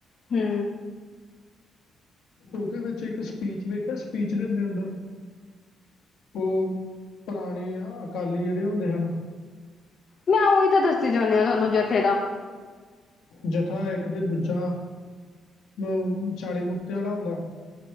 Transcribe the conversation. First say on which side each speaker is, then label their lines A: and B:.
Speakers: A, on the left; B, on the left.
A: ਹੂੰ
B: ਉਹਦੇ ਵਿੱਚ ਇੱਕ ਸਪੀਚ ਵੇਖਿਆ ਸਪੀਚ ਦੇ ਅੰਦਰ ਉਹ ਪੁਰਾਣੇ ਅਕਾਲੀ ਜਿਹੜੇ ਹੁੰਦੇ ਹਨ।
A: ਮੈਂ ਉਹੀ ਤਾਂ ਦੱਸੀ ਜਾਂਦੀ ਹਾਂ ਤੁਹਾਨੂੰ ਜਥੇ ਦਾ।
B: ਜਥਾ ਇੱਕ ਤੇ ਦੂਜਾ ਅ ਚਾਲੀ ਮੁਕਤਿਆਂ ਵਾਲਾ ਹੁੰਦਾ ਹੈ।